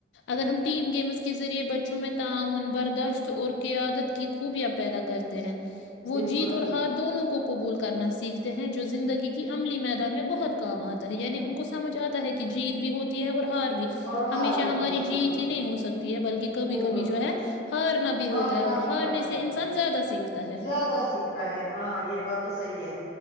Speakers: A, on the left; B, on the left.
A: اگر ہم م گیمز کس ذریعے بچوں میں تعاون برداشت اور قیادت کی خوبیاں پیدا کرتے ہیں وہ
B: بالکل
A: جیت اور ہار دونوں کو قبول کرنا سیکھتے ہیں جو زندگی کی عملی میدان میں بہت کام آتا یعنی ان کو سجھ آتا ہے کہ جیت بھی ہوتی ہے اور ہار بھی
B: اور
A: ہمیشہ
B: ہار بھی ہوتی
A: ہماری
B: ہے بالکل
A: جیت ہی نہیں ہو سکتی ہے بلکہ کبھی
B: بالکل
A: کبھی جو ہے ہارنا بھی ہوتا
B: ہارنا
A: ہے اور
B: بھی
A: ہارنے
B: پڑتا
A: سے
B: ہے
A: انسان زیادہ سیکھتا ہے
B: زیادہ سیکھتا ہے ہاں یہ بات تو صحیح ہے